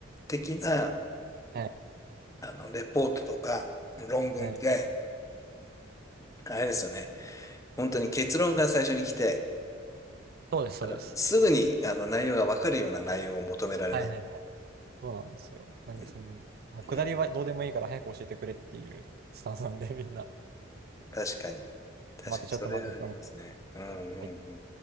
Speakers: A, on the left (about 15°); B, on the right (about 50°).
A: 的な、
B: はい、
A: あの、レポートとか論文って、
B: はい。
A: あれですよね。本当に結論が最初に来て、
B: そうです、そうです。
A: あの、すぐにあの内容がわかるような内容を求められます。
B: はいはいそうなんですよ。なんで、
A: うん、
B: その、もう下りはどうでもいいから早く教えてくれっていうスタンスなんで、
A: うん
B: みんな。
A: 確かに。確かに、
B: 待って、ちょっと待って、
A: それはありますね。
B: は
A: うんうんうん。
B: い